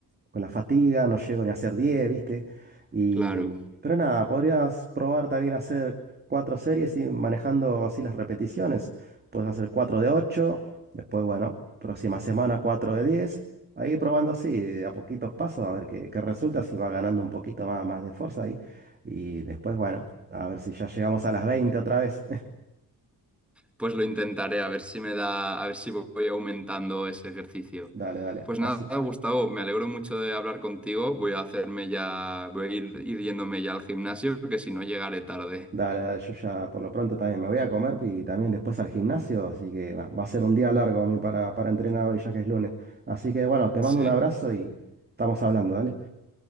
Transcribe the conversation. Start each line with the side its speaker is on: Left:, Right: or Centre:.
Right: con la fatiga, no llego ni a hacer diez ¿viste? Y,
Centre: Claro,
Right: pero nada, podrías probar también hacer cuatro series y manejando así las repeticiones. Puedes hacer 4 de ocho después, bueno, próxima semana 4 de diez Ahí probando así, de a poquitos pasos, a ver qué, qué resulta, si va ganando un poquito más, más de fuerza ahí. Y después, bueno, a ver si ya llegamos a las 20 otra vez. <laughs>
Centre: pues lo intentaré, a ver si me da, a ver si voy aumentando ese ejercicio.
Right: Dale, dale.
Centre: Pues
Right: Así,
Centre: nada, Gustavo, me alegro mucho de hablar contigo. Voy a hacerme ya, voy a ir, ir yéndome ya al gimnasio, que si no llegaré tarde.
Right: Dale, dale, yo ya por lo pronto también me voy a comer y también después al gimnasio, así que va, va a ser un día largo a mí para, para entrenar hoy ya que es lunes. Así que bueno, te
Centre: Sí,
Right: mando un abrazo y estamos hablando, dale.